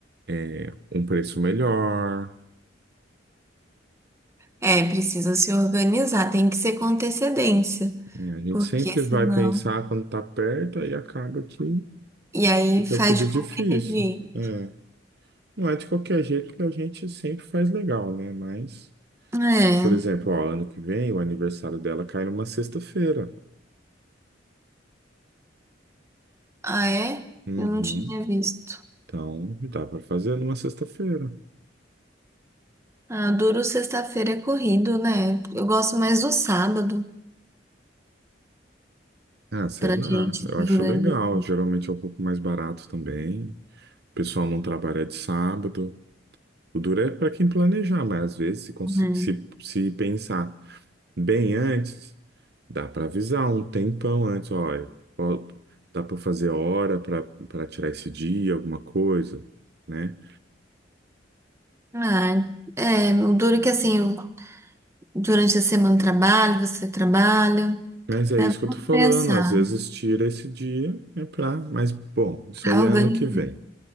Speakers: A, on the right (about 60°); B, on the right (about 15°).
A: é, um preço melhor,
B: É, precisa se organizar, tem que ser com antecedência,
A: né? A gente
B: porque
A: sempre
B: senão.
A: vai pensar quando tá perto, aí acaba que
B: E aí
A: fica
B: faz
A: tudo
B: de
A: difícil.
B: qualquer jeito.
A: é Não é de qualquer jeito que a gente sempre faz legal, né? Mas,
B: É.
A: por exemplo, ó, ano que vem o aniversário dela cai numa sexta-feira.
B: Ah, é?
A: Uhum.
B: Eu não tinha visto.
A: Então, dá para fazer numa sexta-feira.
B: Ah, duro sexta-feira é corrido, né? Eu gosto mais do sábado
A: Ah, sei
B: pra
A: lá.
B: gente
A: Eu
B: se
A: acho
B: organizar.
A: legal. Geralmente é um pouco mais barato também. O pessoal não trabalha de sábado. O duro é para quem planejar, mas às vezes, se, consi-
B: né?
A: se, se pensar. bem antes, dá para avisar um tempão antes, olha, ó, dá para fazer hora para para tirar esse dia, alguma coisa, né?
B: Ah, é, o duro que assim, eu- durante a semana eu trabalho, você trabalha,
A: Mas é
B: né?
A: isso que eu
B: Vamos
A: tô falando,
B: pensar.
A: às vezes tira esse dia, é pra, mas bom, isso
B: Tá
A: aí é
B: organizado.
A: ano que vem.